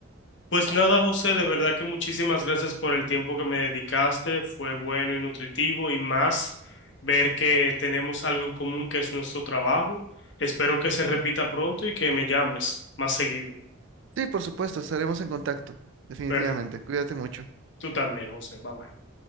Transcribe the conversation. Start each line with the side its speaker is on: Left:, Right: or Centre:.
Left: Pues nada, José, de verdad que muchísimas gracias por el tiempo que me dedicaste. Fue bueno y nutritivo y más ver que tenemos algo en común que es nuestro trabajo. Espero que se repita pronto y que me llames más seguido.
Right: Sí, por supuesto, estaremos en contacto, definitivamente.
Left: Pero
Right: Cuídate mucho.
Left: tú también, José. Bye bye.